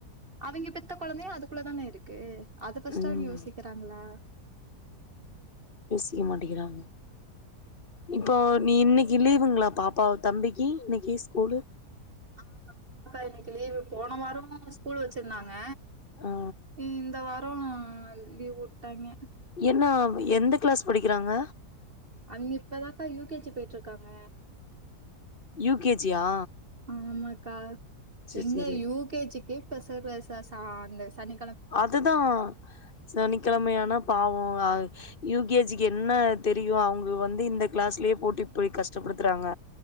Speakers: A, on the right (about 35°); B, on the left (about 35°).
A: அவிங்க பெத்த கொழந்தையு அதுக்குள்ள தானே இருக்கு அது ஃபர்ஸ்ட்
B: ம்
A: அவிங்க யோசிக்கறாங்ளா
B: <inaudible> மாட்டிகிறாங்க இப்போ ப்ப நீ இன்னிக்கு லீவுங்ளா பாப்பாவ தம்பிக்கி இன்னிக்கு ஸ்கூலு
A: ஆ ஆமாக்கா இன்னைக்கு லீவு போன வாரமு ஸ்கூல் வச்சிருந்தாங்க
B: ஆ
A: இந்த வாரோ லீவ் உட்டாய்ங்க
B: என்ன எந்த கிளாஸ் படிக்றாங்க
A: அவிங்க இப்பதாக்கா யூ கே ஜி பேயிட்ருக்காங்க
B: யூ கே ஜி யா
A: ஆமாக்கா
B: சேரி
A: எங்க
B: சேரி
A: யூ கே ஜி க்கே <inaudible> சா அந்த சனி
B: அதுதா சனிக்கெழமையானா பாவொ அது யூ கே ஜி க்கு என்ன தெரியு அவங்க வந்து இந்த கிளாஸ்லயே போட்டு இப்டி கஷ்டப்படுத்துறாங்க